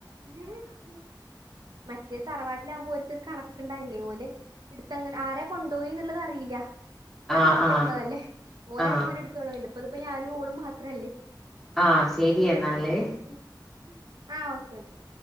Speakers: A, on the right (about 60°); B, in the centre.
A: ഏഹ് ഏഹ്. മറ്റേ തറവാട്ടിലാകുമ്പോ ഓര്ക്കൊരു കണക്ക്ണ്ടായില്ലേ ഓല് ഇട്ത്തങ്ങനെ ആരെ കൊണ്ടോയി ന്ന്ള്ളത് അറിയില്ല. കൊറെ
B: ആ
A: മക്കള്
B: ആ
A: ഇള്ളതല്ലേ ഓലങ്ങനെ
B: ആ
A: ഇട് <unintelligible> ഇപ്പത് ഞാനും ഓളും മാത്രല്ലേ.
B: ആഹ് ശരി എന്നാല്?
A: ഉം ആഹ് ഓക്കെ ഓക്കെ.